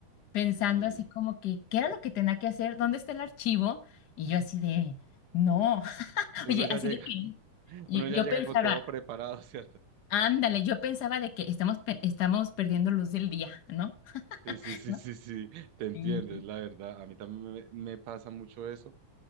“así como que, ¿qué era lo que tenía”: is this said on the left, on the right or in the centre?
Left